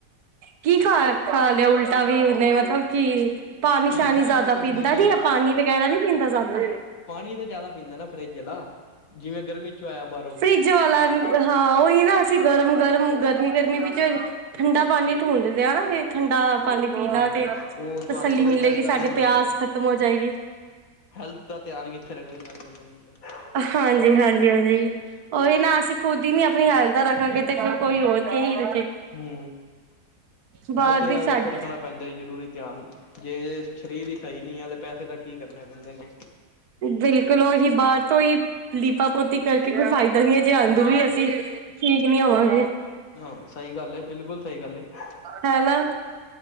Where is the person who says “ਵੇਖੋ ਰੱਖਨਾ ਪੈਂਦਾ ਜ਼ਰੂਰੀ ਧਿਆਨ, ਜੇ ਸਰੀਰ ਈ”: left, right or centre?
Left